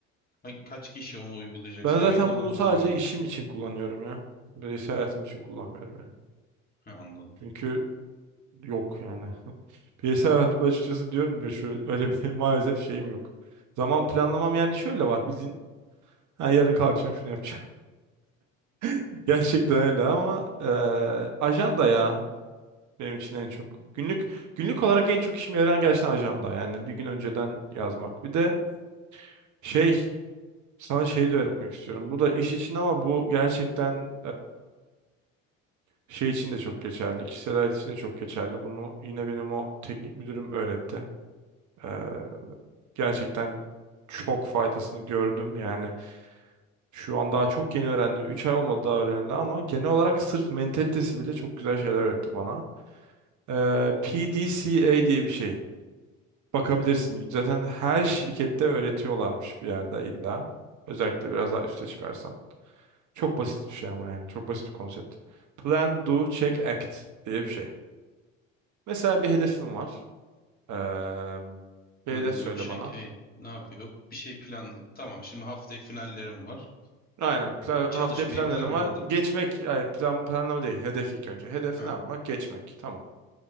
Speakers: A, on the left; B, on the right.
A: hani kaç kişi onu uygulayacak
B: Ben
A: seviyede
B: zaten
A: ondan
B: bunu sadece
A: da emin değilim.
B: işim için kullanıyorum ya. Bireysel hayatım için kullanmıyorum yani.
A: Ha, anladım.
B: Çünkü yok yani. <laughs> Bireysel hayatımda açıkçası diyorum ya şöyle öyle bir <laughs> maalesef şeyim yok. Zaman planlamam yani şöyle var bildiğin. Ha, yarın kalkacağım şunu yapacağım. <laughs> Gerçekten öyle ama e, ajanda ya benim için en çok. Günlük günlük olarak en çok işime yarayan gerçekten ajanda. Yani bir gün önceden yazmak. Bir de şey sana şey de öğretmek istiyorum. Bu da iş için ama bu gerçekten Şey için de çok geçerli. Kişisel hayat için de çok geçerli. Bunu yine benim o teknik müdürüm öğretti. Ee, gerçekten çok faydasını gördüm. Yani şu an daha çok yeni öğrendim. 3 ay olmadı daha öğrenildi ama genel olarak sırf mentalitesi bile çok güzel şeyler öğretti bana. Ee, P D C A diye bir şey. Bakabilirsin. Zaten her şirkette öğretiyorlarmış bir yerde illa. Özellikle biraz daha üste çıkarsan. Çok basit bir şey ama yani. Çok basit bir konsept. Plan, do, check, act diye bir şey. Mesela bir hedefim var. Eee hedef
A: Undo,
B: söyle
A: check,
B: bana.
A: ey. Ne yapıyor? Bir şey planlı. Tamam şimdi haftaya finallerim var.
B: Aynen. Plan,
A: Çalışmayı
B: haftaya planlarım
A: planladım.
B: var. Geçmek, yani plan, planlama değil. Hedef ilk önce. Hedef
A: Ha
B: ne yapmak? Geçmek. Tamam.